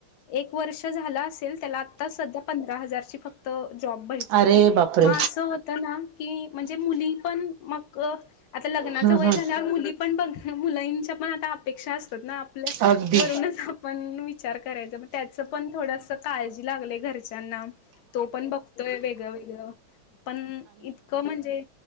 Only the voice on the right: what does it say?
अरे बापरे
हम्म
हम्म
अगदी